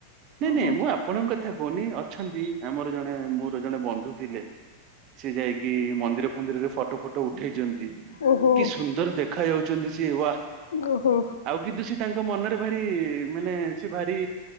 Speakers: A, on the right (about 40°); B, on the left (about 65°).
A: ନାଇଁ
B: ଓହୋ
A: ନାଇଁ ମୁଁ ଆ ଆପଣଙ୍କ କଥା କହୁନି ଅଛନ୍ତି ଆମର ଜଣେ ମୋର ଜଣେ ବନ୍ଧୁ ଥିଲେ। ସେ ଯାଇକି ମନ୍ଦିର କୁ ମନ୍ଦିରରେ ଫଟୋ ଫଟୋ ଉଠେଇଚନ୍ତି
B: ଓହୋ
A: କି ସୁନ୍ଦର ଦେଖାାଯାଉଛନ୍ତି ସିଏ ୱା।
B: ଓହୋ।
A: ଆଉ କିନ୍ତୁ ସେ ତାଙ୍କ ମନରେ ଭାରି ମାନେ ସେ ଭାରି